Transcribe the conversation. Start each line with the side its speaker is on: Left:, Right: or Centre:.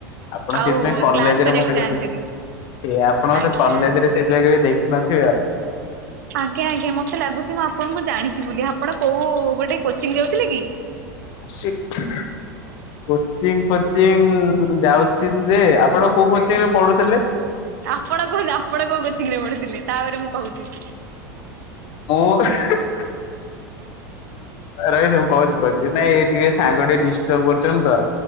Left: ଆପଣ
Right: ଆଉ
Left: ସେଇଥିପାଇଁ କଲେଜରେ
Right: କ୍ଲାସ କରିବାକୁ
Left: ମତେ କେବେ
Right: ଯାଆନ୍ତିନି।
Left: ଆପଣ
Right: ଆଜ୍ଞା
Left: ମତେ କଲେଜରେ
Right: ଆଜ୍ଞା।
Left: ସେଥିପାଇଁ କେବେ ଦେଖି ନଥିଆ।
Right: ଆଜ୍ଞା ଆଜ୍ଞା ମତେ ଲାଗୁଚି ମୁଁ ଆପଣଙ୍କୁ ଜାଣିଚି ବୋଲି ଆପଣ କୋଉ ଗୋଟେ କୋଚିଂ ଯାଉଥିଲେ କି?
Left: ସିଠ୍ <unintelligible> କୋଚିଂ ଫୋଚିଂ ଯାଉଛି ଯେ ଆପଣ କୋଉ କୋଚିଂରେ ପଢୁଥିଲେ?
Right: ଆପଣ କୁହନ୍ତୁ ଆପଣ କୋଉ କୋଚିଙ୍ଗିରେ ପଢୁଥିଲେ ତାପରେ ମୁଁ କହୁଚି।
Left: ମୁଁ <unintelligible> ରହିଥା ମୁଁ କହୁଚି କହୁଚି ନାଇଁ ଏ ଟିକେ ସାଙ୍ଗ ଟିକେ ଡିଷ୍ଟର୍ବ କରୁଚନ୍ତି ତ।